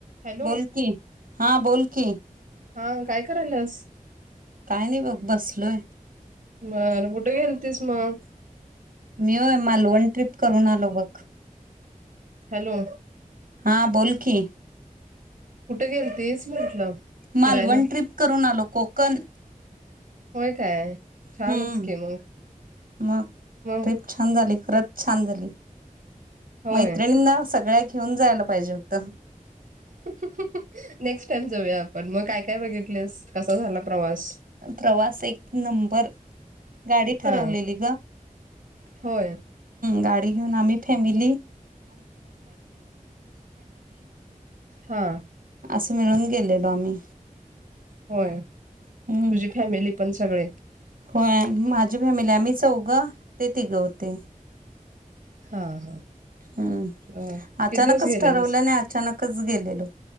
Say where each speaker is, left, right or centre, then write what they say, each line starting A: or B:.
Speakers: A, on the right; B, on the right.
A: Hello
B: बोलकीि हा बोलकीि
A: हा काय करायलास
B: काय नाही बघ बसलोय
A: बरं कुठे घेल तस मग
B: मी होय मालवण ट्रिप करून आलो बघ
A: हॅलो
B: हां बोलखे
A: कुठं गेल तेच म्हटलं
B: मालवण
A: फिरायला
B: ट्रीिप करून आलो कोकण
A: होय काय छानच
B: हम्
A: की मग
B: मग
A: मग
B: ट्रिप छान झाली खरच छान झाली
A: होय
B: मैत्रिणींना सगळ्या घेऊन जायला पाहिजे होत
A: नेक्स्ट टाइम जाऊया आपण मग काय काय बघितलेस कसा झाला प्रवास
B: प्रवास एक नबर गाडी
A: हा
B: ठरवलेली
A: होय
B: गाडी <inaudible> फॅमिली
A: हा
B: असं मिळून गेलेलो आम्ही
A: होय
B: हम्म
A: तुझी फॅमिली पण सगळे
B: होय माझी फॅमिली आम्ही चौघं ते तिघं होते
A: हा हा
B: हम्म
A: बर
B: अचानकच
A: किती दिवस गेलेलेस
B: ठरवलं नाही अचानक गेलेलो